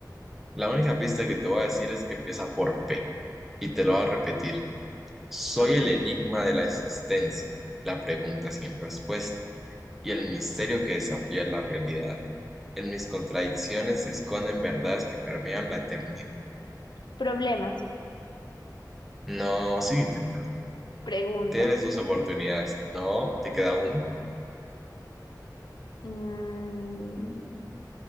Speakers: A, in the centre; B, on the left.
A: La única pista que te voy a decir es que empieza por P. Y te lo voy a repetir. Soy
B: Ok.
A: el enigma de la existencia. La pregunta sin respuesta. y el misterio que desafía la realidad. En mis contradicciones se esconden verdades que permean la eternidad.
B: Problemas,
A: No, sigue intentando.
B: preguntas.
A: Tienes dos oportunidades. No, te queda una.
B: Mm,